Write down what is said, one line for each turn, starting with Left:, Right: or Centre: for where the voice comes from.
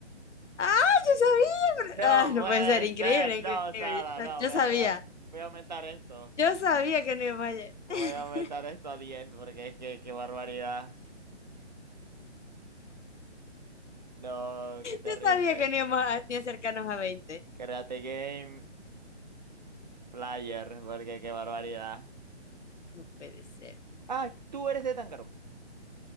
Left: Ah, yo sabía. pero-
Right: No
Left: Ah, no
Right: puede
Left: puede ser, increíble,
Right: ser,
Left: increíble.
Right: no, Sara,
Left: Yo,
Right: no,
Left: sab- yo
Right: voy
Left: sabía,
Right: a, voy a, voy a aumentar esto.
Left: yo sabía que no íbamos a llegar.
Right: Voy
Left: <laughs>
Right: a aumentar esto a 10, porque es que, qué barbaridad. No, qué terrible.
Left: Yo sabía que no íbamos a ni acercarnos a 20.
Right: Karate Game Player, porque qué barbaridad.
Left: No puede ser,
Right: ¡Ay! Tú eres de Danganronpa.